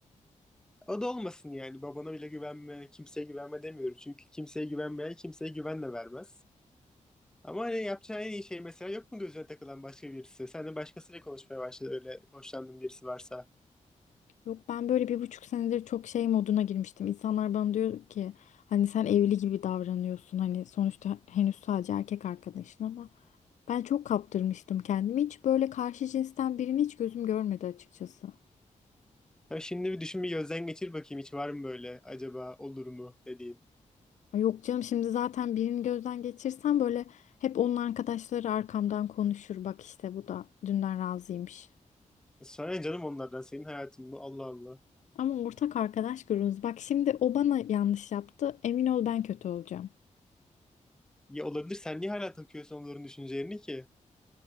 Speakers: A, in the centre; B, on the left (about 65°).
A: O da olmasın yani. Babana bile güvenme, kimseye güvenme demiyorum. Çünkü kimseye güvenmeyen kimseye güven de vermez. Ama hani yapacağı en iyi şey mesela yok mu gözüne takılan başka birisi? Sen de başkasıyla konuşmaya başladı öyle hoşlandığın birisi varsa.
B: Yok ben böyle bir buçuk senedir çok şey moduna girmiştim. İnsanlar bana diyor ki hani sen evli gibi davranıyorsun. Hani sonuçta henüz sadece erkek arkadaşın ama. Ben çok kaptırmıştım kendimi. Hiç böyle karşı cinsten birini hiç gözüm görmedi açıkçası.
A: Ya şimdi bir düşün bir gözden geçir bakayım hiç var mı böyle acaba olur mu dediğin.
B: Ay Yok canım şimdi zaten birini gözden geçirsem böyle hep onun arkadaşları arkamdan konuşur. Bak işte bu da dünden razıymış.
A: Sana canım onlardan senin hayatın bu Allah Allah.
B: Ama ortak arkadaş grubumuz. Bak şimdi o bana yanlış yaptı. Emin ol ben kötü olacağım.
A: Ya olabilir sen niye hala takıyorsun onların düşüncelerini ki?